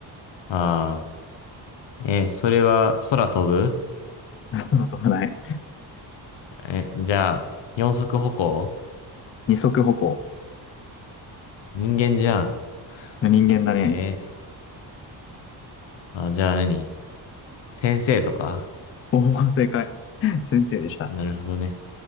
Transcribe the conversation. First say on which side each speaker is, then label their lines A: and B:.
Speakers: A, on the left; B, on the left.
A: ああ、えー、それは空飛ぶ
B: 空飛ばない。
A: え、じゃあ、四足歩行
B: 二足歩行。
A: 人間じゃん。
B: 人間だね。
A: え、えーあ、じゃあ何先生とか
B: おお、正解。先生でした。
A: なるほどね。